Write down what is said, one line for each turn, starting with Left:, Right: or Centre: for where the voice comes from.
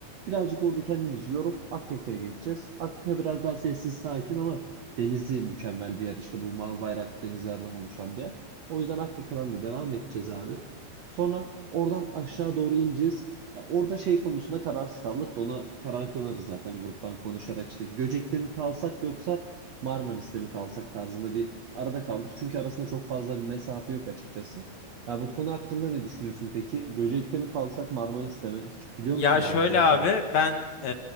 Right: Birazcık orada kendimizi yorup Akyaka'ya geçeceğiz. Akyaka biraz daha sessiz sakin ama denizi mükemmel bir yer. İşte bu mavi bayrak denizlerden oluşan bir yer. O yüzden Akyaka'dan da devam edeceğiz abi. Sonra oradan aşağı doğru ineceğiz. Ya orada şey konusunda kararsız kaldık da onu karar kılarız zaten gruptan konuşarak işte Göcek'te mi kalsak yoksa Marmaris'te mi kalsak tarzında bir arada kaldık. Çünkü arasında çok fazla bir mesafe yok açıkçası. Ya bu konu hakkında ne düşünüyorsun peki? Göcek'te mi kalsak Marmaris'te mi? Hiç biliyor
Left: Ya
Right: musun
Left: şöyle
Right: buraları mesela?
Left: abi ben e,